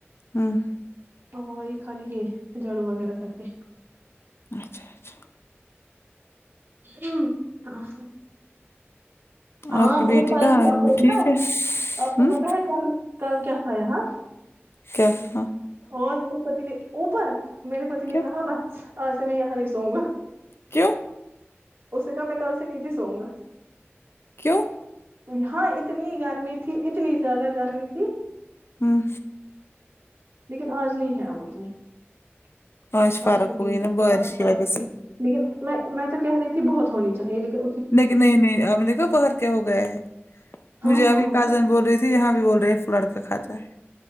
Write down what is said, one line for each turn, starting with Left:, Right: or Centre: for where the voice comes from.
Left: ہوں
Right: ا وہی خا لی ہے جھاڑو وغیرہ کر کے
Left: اچھا اچھا
Right: ام ہاں ہاں ہاں
Left: آپ کی بیٹی
Right: بہت سار
Left: کہاں وہ
Right: کو
Left: ٹھیک
Right: ہے آپ کو پتا ہے اپ کو
Left: ہوں
Right: پتا ہے کل کل کیا تھا یہاں
Left: کیا تھا
Right: اور میرے پتی نے اوپر میرے پتی نے
Left: کیوں
Right: کہا بس اج سے میں یہاں نہیں سو گا
Left: کیوں
Right: اسنے کہا میں کل سے نیچے سوؤوں گا
Left: کیوں
Right: یہاں اتنی گرمی تھی اتنی زیادہ گرمی تھی
Left: ہاں
Right: لیکن آج نہیں ہے اب اتنی <unintelligible>
Left: آج
Right: بالک
Left: فرق ہوئی نا بارش
Right: پانچ
Left: کی
Right: بارہ
Left: وجہ
Right: م
Left: سے
Right: لیکن میں میں تو کہہ رہی تھی بہت ہونی چاہیے لیکن
Left: نہیں نہیں نہیں اب دیکھو باہر کیا ہو گیا ہے
Right: ہاں
Left: مجھے
Right: ہاں
Left: ابھی
Right: اور
Left: کازن
Right: کیا
Left: بول رہے تھ جی یہاں بھی بول رہے ہیں پ لڑکا کاتا ہے